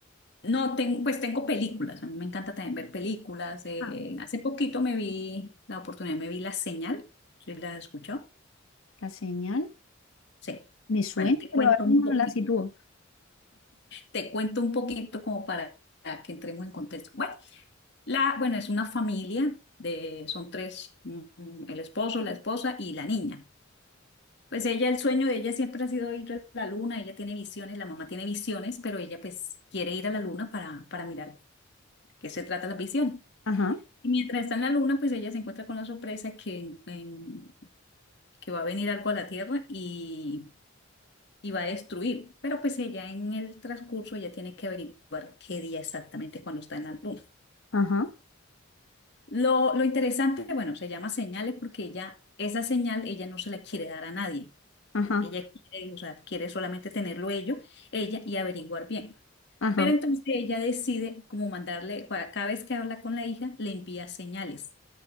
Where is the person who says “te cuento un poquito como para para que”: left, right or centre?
Left